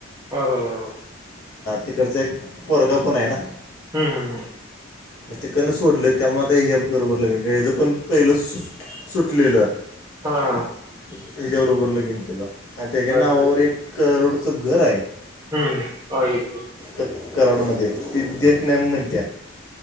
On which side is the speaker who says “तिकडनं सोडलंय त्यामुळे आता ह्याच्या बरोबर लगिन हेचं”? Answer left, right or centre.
Left